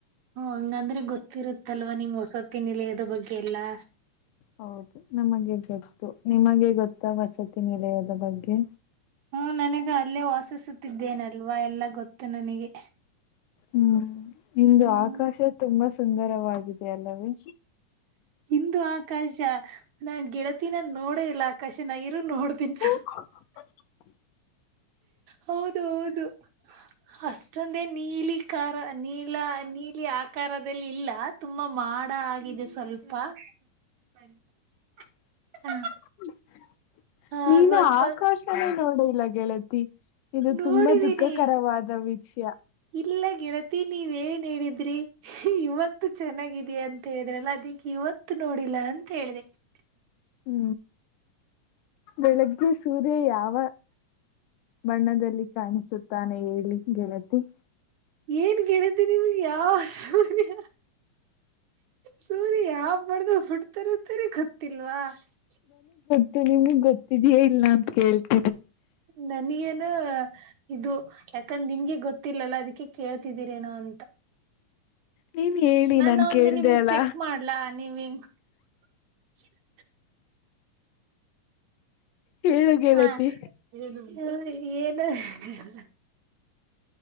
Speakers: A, on the right; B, on the left.
A: ಹ ಹಂಗಂದ್ರೆ ಗೊತ್ತಿರುತ್ತಲ್ವಾ ನಿಂಗ್ ವಸತಿ ನಿಲಯ ಬಗ್ಗೆ ಎಲ್ಲಾ
B: ಹೌದು ನಮಗೆ ಗೊತ್ತು ನಿಮಗೆ ಗೊತ್ತಾ ವಸತಿ ನಿಲಯದ ಬಗ್ಗೆ
A: ಹ್ಮ್ ನನಗ ಅಲ್ಲೇ ವಾಸಿಸುತ್ತಿದ್ದೇನಲ್ವಾ ಎಲ್ಲಾ ಗೊತ್ತು ನನಗೆ
B: ಹ್ಮ್ ಇಂದು
A: ಹ್ಮ್
B: ಆಕಾಶ ತುಂಬಾ ಸುಂದರವಾಗಿದೆ ಅಲ್ಲವೇ
A: ಇಂದು ಆಕಾಶ ನಾ ಗೆಳತಿನ ನೋಡ ಇಲ್ಲ ಆಕಾಶ ನ ಇರು ನೋಡ್ತನ್.
B: ಹ <inaudible>
A: ಹೌದು ಹೌದು? <unintelligible> ಅಷ್ಟೊಂದೇನ ನೀಲಿಕರಾ ನೀಲಾ ನೀಲಿ ಆಕಾರದಲ್ಲಿ ಇಲ್ಲ ತುಂಬಾ ಮಾ <unintelligible> ಮಾಡ ಆಗಿದೆ ಸ್ವಲ್ಪ? <unintelligible>
B: <unintelligible>
A: ಹ ಹಾ
B: ನೀನು
A: ಸ್ವಲ್ಪ
B: ಆಕಾಶ ನೇ ನೋಡಿಲ್ಲ ಗೆಳತಿ. <unintelligible> ಇದು
A: ನೋಡಿದೀನಿ
B: ತುಂಬಾ ದುಃಖಕರವಾದ ವಿಷಯ
A: ಇಲ್ಲ ಗೆಳತೀ. <unintelligible> ನೀವ ಏನ್ ಹೇಳಿದ್ರಿ ಇವತ್ತು ಚೆನ್ನಾಗಿದೇ ಅಂತ ಹೇಳಿದ್ರಲ್ಲ ಅದಿಕ್ಕೆ ಇವತ್ತು ನೋಡಿಲ್ಲ? <unintelligible> ಅಂತ ಹೇಳಿದೆ? <unintelligible>
B: ಹೂ ಬೆಳಗ್ಗೆ ಸೂರ್ಯ ಯಾವ <unintelligible> ಬಣ್ಣದಲ್ಲಿ ಕಾಣಿಸುತ್ತಾನೆ ಹೇಳಿ ಗೆಳತಿ. <unintelligible>
A: ಏನ್ ಗೆಳತಿ ನಿಮಗ ಯಾವ ಸೂರ್ಯ <unintelligible> ಸೂರ್ಯ ಯಾವ ಬಣ್ಣದಲ್ಲಿ ಹುಡ್ತಾರ ಅಂತಾ ಗೊತ್ತಿಲ್ವಾ? <unintelligible>
B: ತ್ತ ನಿಮಗ್ ಗೊತ್ತಿದೆಯಾ ಇಲ್ಲ ಅಂತ ಕೇಳ್ <unintelligible>
A: ನನಗ ಏನೋ ಇದು ಯಾಕಂದ ನಿನ್ಗೆ ಗೊತ್ತಿಲ್ಲಲ್ಲ ಅದಕ್ಕೆ ಕೇಳ್ <unintelligible> ಇದಿರೇನೋ ಅಂತ?
B: ನೀನ್
A: <unintelligible>
B: ಹೇಳಿ
A: ನಾನೊಂದು
B: ನಾನ್ ಕೇಳ್ದ
A: ನಿಮಗ್
B: ಅಲ್ಲ
A: ಚೆಕ್ ಮಾಡ್ಲಾ ನೀವ ಹೆಂಗ್ <unintelligible>
B: ಹೇಳು ಗೆಳತಿ
A: ಹಾ ಏನು ಏನ್ <unintelligible>